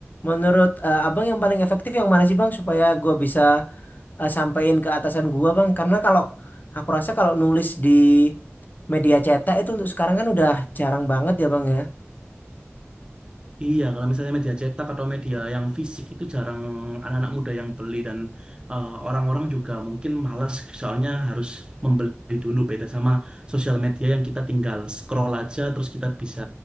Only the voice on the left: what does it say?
Menurut eh, Abang yang paling efektif yang mana sih Bang supaya gue bisa eh, sampein ke atasan gue Bang? Karena kalau aku rasa kalau nulis di media cetak itu untuk sekarang kan udah jarang banget ya Bang ya.